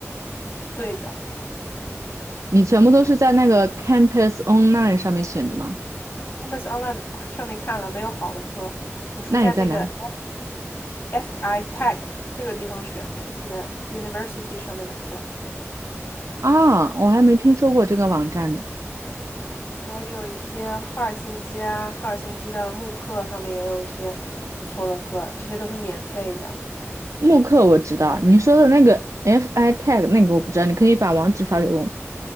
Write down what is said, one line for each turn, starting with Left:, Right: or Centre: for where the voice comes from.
Left: 对的
Right: 你全部都是在那个 Campus Online 上面选的吗？
Left: ，Campus Online 上面看了没有好的课，我是在那个
Right: 那你在哪儿
Left: FI Tech 这个地方选的一些 University 上面的课，
Right: 啊，我还没听说过这个网站呢。
Left: 还有一些赫尔辛基啊，赫尔辛基的慕课上面也有一些不错的课，这些都是免费的。
Right: 慕课我知道，你说的那个 FI t c h 那个我不知道，你可以把网址发给我吗